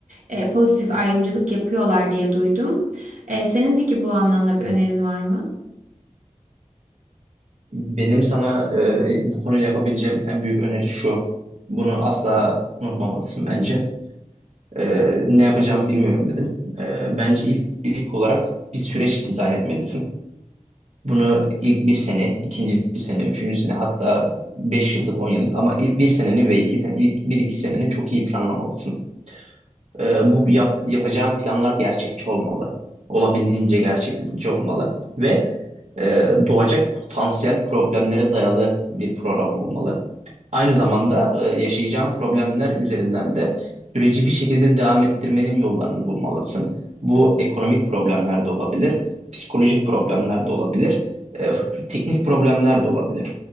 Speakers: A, on the right (about 80°); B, on the right (about 60°).
A: e, pozitif ayrımcılık yapıyorlar diye duydum. E, senin peki bu anlamda bir önerin var mı?
B: Benim sana e, bu konuyla yapabileceğim en büyük öneri şu. Bunu asla unutmamalısın bence. Ee, ne yapacağımı bilmiyorum dedin. Ee, bence ilk ilk olarak bir süreç dizayn etmelisin. Bunu ilk bir sene, ikinci sene, üçüncü sene hatta beş yıllık, on yıllık ama ilk bir seneni ve iki sen ilk bir iki seneni çok iyi planlamalısın. Ee, bu yap, yapacağım planlar gerçekçi olmalı. Olabildiğince gerçekçi olmalı. Ve e, doğacak potansiyel problemlere dayalı bir program olmalı. Aynı zamanda e, yaşayacağın problemler üzerinden de süreci bir şekilde devam ettirmenin yollarını bulmalısın. Bu ekonomik problemler de olabilir, psikolojik problemler de olabilir, e, teknik problemler de olabilir.